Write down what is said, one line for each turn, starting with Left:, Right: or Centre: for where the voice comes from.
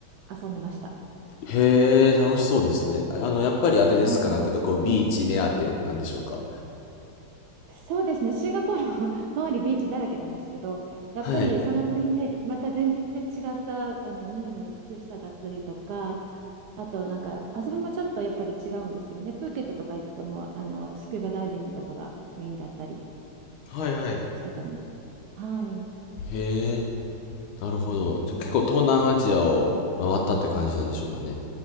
Right: 遊んでました。
Left: へえ、楽しそうですね。ああの、やっぱりあれですか、
Right: はい、もう、
Left: なんていうか、こう、ビーチ目当てなんでしょうか。
Right: はいそうですね、シンガポールも <laughs> 周りビーチだらけなんですけど、やっぱりその国でまた全然違ったあの海の美しさだったりとか、
Left: はい、
Right: あとなんか遊びもちょっとやっぱり違うんですよね。プーケットとか行くともうあのスキューバダイビングとかがメインだったり
Left: はい、はい。
Right: してたので、はい。
Left: へえ、なるほど。じゃ、
Right: なんか
Left: 結構東南アジアを回ったって感じなんでしょうかね。